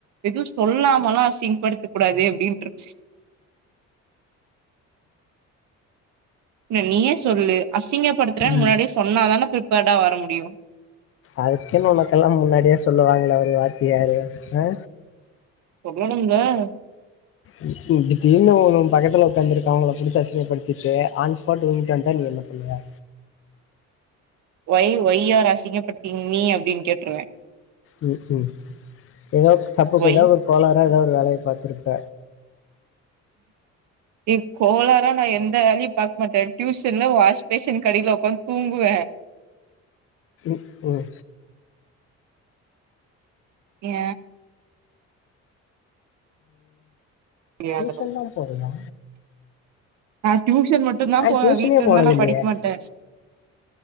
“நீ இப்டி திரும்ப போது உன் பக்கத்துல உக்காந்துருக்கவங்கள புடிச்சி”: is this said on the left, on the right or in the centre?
Left